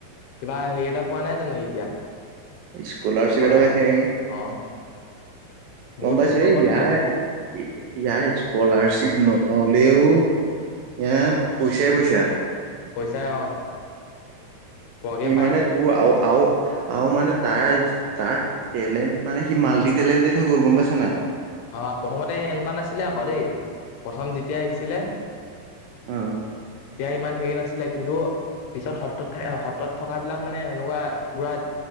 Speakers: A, on the left (about 85°); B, on the right (about 80°).
A: কিবা হেৰি এটা পোৱা নাই জানো এতিয়া
B: স্কলাৰশিপ
A: স্কলাৰ?
B: এটা পাইছে নেকি?
A: অ', বহুত
B: গম পাইছোঁ
A: পইচা পাব
B: এয়া
A: নহয় সেইটো
B: ইয়াৰ স্কুলাৰ ্চিপ নহলেও এয়া পইচাই পইচা
A: পইচাই অ। প্ৰগ্ৰেম
B: এই
A: পাই
B: মানে
A: যে
B: তো আও আও আৰু মানে তাৰ তাৰ টেলেণ্ট মানে সি মাল্টি টেলেণ্টেড হৈ গল গম পাইছা নাই
A: অ প্ৰথমতে এনেকুৱা নাছিলে আকৌ দেই প্ৰথম যেতিয়া আহিছিলে।
B: অ',
A: তেতিয়া ইমান হেৰি নাছিলে কিন্তু্। পিছত সত্ৰত থ সত্ৰত থকা বিলাক মানে এনেকুৱা পুৰা